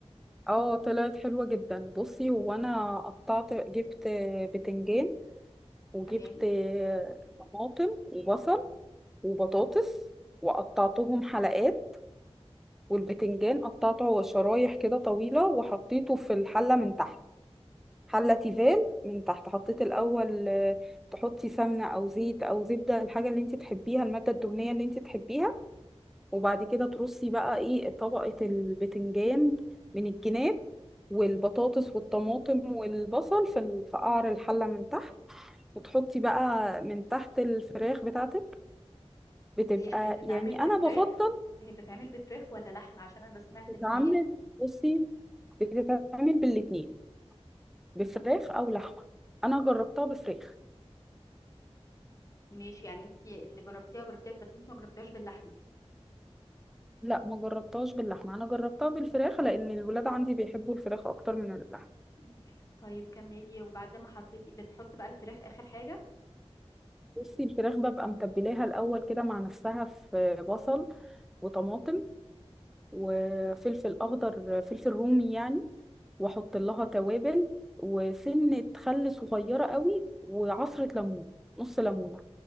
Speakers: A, in the centre; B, on the left.
A: اه طلعت حلوة جدا بصي هو انا قطعت جبت آه، بتنجان وجبت
B: تمام
A: طماطم وبصل وبطاطس وقطعتهم حلقات والبتنجان قطعته شرايح كده طويلة وحطيته في الحلة من تحت حلة تيفال من تحت حطيت الأول آه، تحطي سمنة أو زيت أو زبدة الحاجة اللي انت تحبيها المادة الدهنية اللي انت تحبيها وبعد كده ترصي بقى ايه طبقة البتنجان من الجناب والبطاطس والطماطم والبصل في ال- في قعر الحلة من تحت وتحطي بقى من تحت الفراخ بتاعتك بتبقى
B: هي بتتعمل
A: يعني
B: بفراخ
A: انا بفضل
B: هي بتتعمل بفراخ ولا لحمه عشان انا سمعت
A: تتعمل
B: ان هي
A: بصي بتتعمل بالاتنين بفراخ او لحمه انا جربتها بفراخ
B: ماشي يعني انت اللي جربتيها جربتيها بس انت ما جربتيهاش باللحمه
A: لا ما جربتهاش باللحمه انا جربتها بالفراخ لان الولاد عندي بيحبوا الفراخ اكتر من اللحمه
B: مم. طيب كملي وبعد ما حطيتي بنحط بقى الفراخ اخر حاجه
A: بصي الفراخ ببقى متبلاها الاول كده مع نفسها في بصل وطماطم وفلفل اخضر فلفل رومي يعني واحط لها توابل وسنه خل صغيره قوي وعصره ليمون نص ليمونه